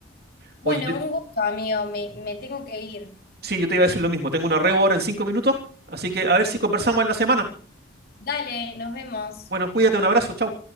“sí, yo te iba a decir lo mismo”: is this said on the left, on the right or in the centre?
Right